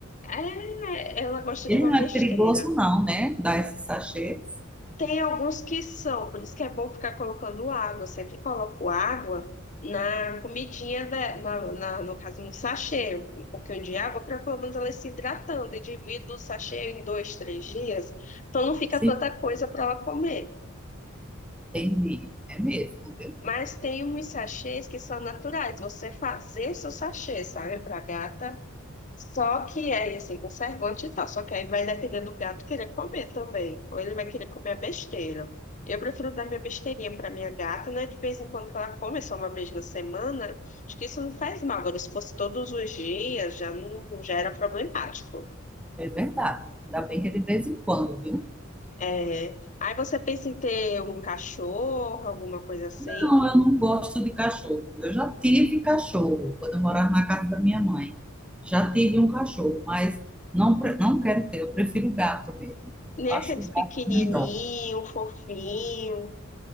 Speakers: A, on the left (about 35°); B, in the centre.
A: É, ela gosta
B: Ele
A: de uma
B: não
A: besteira.
B: é perigoso, não, né? Dar esses sachês.
A: Tem alguns que são, por isso que é bom ficar colocando água. Eu sempre coloco água na comidinha, da, na, na- no caso, no sachê, um pouquinho de água, para pelo menos ela ir se hidratando. E divido o sachê em dois, três dias, então não fica
B: Sim.
A: tanta coisa para ela comer.
B: Entendi. É mesmo, viu?
A: Mas tem uns sachês que são naturais, você fazer seu sachê, sabe, para gata. Só que aí, assim, conservante e tal. Só que aí vai depender do gato querer comer também. Ou ele vai querer comer a besteira. Eu prefiro dar minha besteirinha pra minha gata, né? De vez em quando que ela come só uma vez na semana. Acho que isso não faz mal. Agora, se fosse todos os dias, já não já era problemático.
B: É verdade. Ainda bem que é de vez em quando, viu?
A: É, Aí você pensa em ter um cachorro, alguma coisa assim.
B: Não, eu não gosto de cachorro. Eu já tive cachorro quando eu morava na casa da minha mãe. Já tive um cachorro, mas não, pre- não quero ter. Eu prefiro gato mesmo.
A: Nem
B: Eu acho
A: aqueles
B: o gato
A: pequenininho,
B: melhor.
A: fofinho,